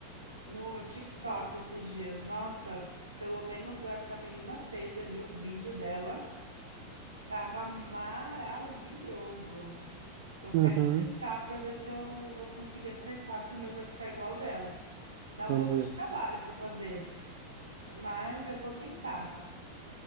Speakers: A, on the right; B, on the right.
A: no TikTok esses dias. Nossa, pelo menos a que a menina fez ali, o vídeo dela, tava maravilhoso. Eu
B: Uhum.
A: quero testar pra ver se eu vou conseguir acertar, se o meu vai ficar igual ao dela. Dá um
B: Vamos
A: pouco
B: ver.
A: de trabalho pra fazer, mas eu vou tentar.